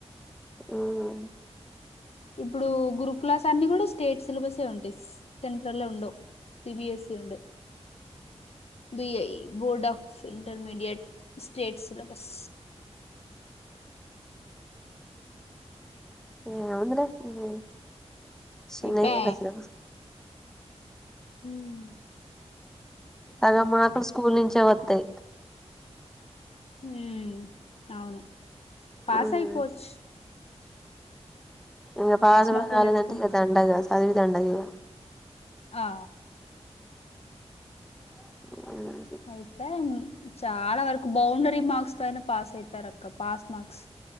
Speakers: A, in the centre; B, on the left.
A: ఊమ్
B: ఇప్పుడు గురు క్లాస్ అన్ని కూడా స్టేట్ సిలబస్ ఏ ఉంటాయి సెంట్రల్ ఉండవు సిబిఎసి ఉండయ్ BI board of intermediate state syllabus
A: ఏ వుందిలే ఊమ్ చినే
B: అయిపా
A: ఏ గా సిలబస్
B: ఊమ్
A: అల మార్కులు స్కూల్ నుంచే వత్తయి
B: ఊమ్ అవును పాసయిపోచ్చు
A: మ్మ్ ఇంగ పాస్ కూడా
B: మార్కులు
A: కాలేదంటే
B: తెచ్చుకుని
A: ఇగ దండగ చదివి దండగ ఈగ
B: ఆ
A: <inaudible>
B: అయితే చాలా వరకు బౌండరీ మార్క్స్ తో అయినా పాస్ అయితారక్క పాస్ మార్క్స్